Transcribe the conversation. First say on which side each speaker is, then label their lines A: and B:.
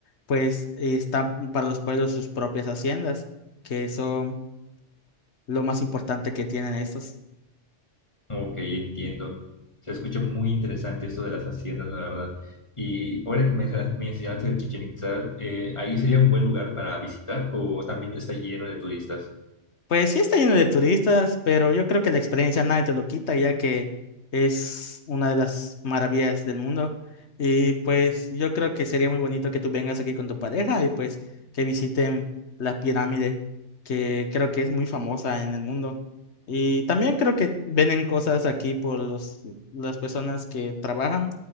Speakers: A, on the left (about 65°); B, on the left (about 25°).
A: pues está para los pueblos sus propias haciendas, que son lo más importante que tienen estos.
B: Ok, entiendo. Se escucha muy interesante esto de las haciendas, la verdad. Y ahora que mencionas- mencionaste el Chichen Itzá, eh, ¿ahí sería un buen lugar para visitar o también está lleno de turistas?
A: Pues sí está lleno de turistas, pero yo creo que la experiencia nadie te lo quita, ya que es una de las maravillas del mundo. Y pues yo creo que sería muy bonito que tú vengas aquí con tu pareja y pues que visiten la pirámide, que creo que es muy famosa en el mundo. Y también creo que venden cosas aquí por los, las personas que trabajan